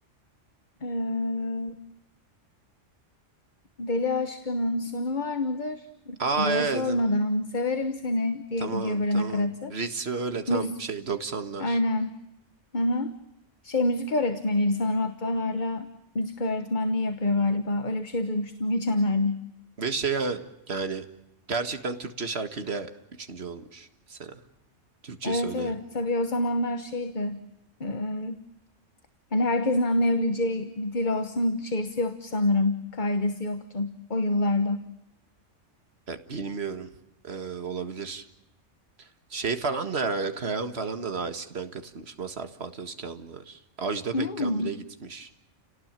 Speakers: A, on the left; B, on the right.
A: Ee, Deli aşkının sonu var mıdır
B: Aa
A: diye
B: evet.
A: sormadan severim seni diye
B: Tamam
A: gidiyor böyle
B: tamam.
A: nakaratı.
B: Ritmi öyle tam
A: Müz
B: şey doksanlar
A: aynen. Hı hı. Şey müzik öğretmeniydi sanırım hatta hala müzik öğretmenliği yapıyor galiba. Öyle bir şey duymuştum geçenlerde.
B: Ve şey ha, yani gerçekten Türkçe şarkıyla üçüncü olmuş mesela. Türkçe
A: Evet
B: söylerim.
A: evet tabii o zamanlar şeydi. Ee, hani herkesin anlayabileceği bir dil olsun şeysi yoktu sanırım. Kaidesi yoktu o yıllarda.
B: Ya, bilmiyorum. Ee, olabilir. Şey falan da herhalde Kayahan falan da daha eskiden katılmış. Mazhar Fuat Özkanlar. Ajda Pekkan
A: Hmm,
B: bile gitmiş.